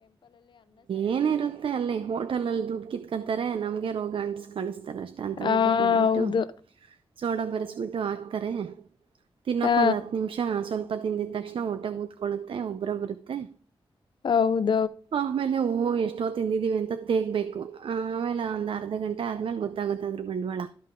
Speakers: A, on the right; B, on the left.
A: ಏನಿರುತ್ತೆ ಅಲ್ಲಿ ಹೋಟೆಲ್ ಅಲ್ಲಿ ದುಡ್ಡು ಕಿತ್ಕೊಂತಾರೆ ನಮ್ಗೆ ರೋಗ ಅಂಟ್ಸ್ ಕಳಸ್ ತರ ಅಷ್ಟ ಅಂತ
B: ಆ
A: ಊಟ ಕೊಟ್ಬಿಟ್ಟು
B: ಹೌದು
A: ಸೋಡ ಬೆರೆಸಬಿಟ್ಟು ಹಾಕ್ತಾರೆ ತಿನ್ನೋಕ್
B: ಹಾ
A: ಒಂದ ಹತ್ತ ನಿಮಿಷ ಸ್ವಲ್ಪ ತುಪ್ಪಾ ತಿಂದಿದ ತಕ್ಷಣ ಹೊಟ್ಟೆ ಊದಕೊಳ್ಳುತ್ತೆ ಊಬ್ಬರ ಬರತ್ತೆ
B: ಹೌದ್
A: ಆಮೇಲೆ ಓ ಎಷ್ಟ ಎಷ್ಟೋ ತಿಂದಿದ್ದೀವಿ ಅಂತ ತೇಗಬೇಕ ಆಮೇಲೆ ಒಂದ ಅರ್ಧ ಗಂಟೆ ಆದ್ಮೇಲೆ ಗೊತ್ತಾಗುತ್ ಅದರ್ ಬಂಡವಾಳ